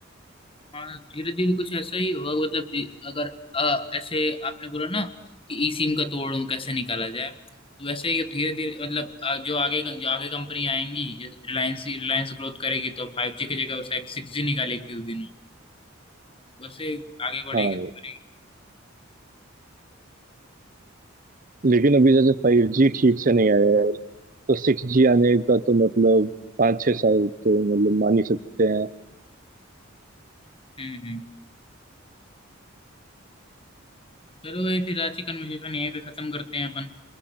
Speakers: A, on the left; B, on the right.
A: हाँ धीरे धीरे कुछ ऐसा ही होगा मतलब धी- अगर अ, ऐसे आपने बोला ना कि ई सिम का तोड़ कैसे निकाला जाए तो वैसे ही धीरे धीरे मतलब अ, जो आगे जो आगे कंपनी आएंगी रिलायंस रिलायंस ग्रोथ करेगी तो फाइव जी की जगह सिक्स जी निकालेगी उस दिन में वैसे आगे बढ़ेगी
B: हाँ वो
A: तो करेगी
B: लेकिन अभी जैसे फाइव जी ठीक से नहीं आया है तो सिक्स जी आने का तो मतलब पाँच छः साल तो मतलब मान ही सकते हैं
A: हम्म हम्म। चलो ये फिर आज की कन्वर्सेशन यहीं पे खत्म करते हैं अपन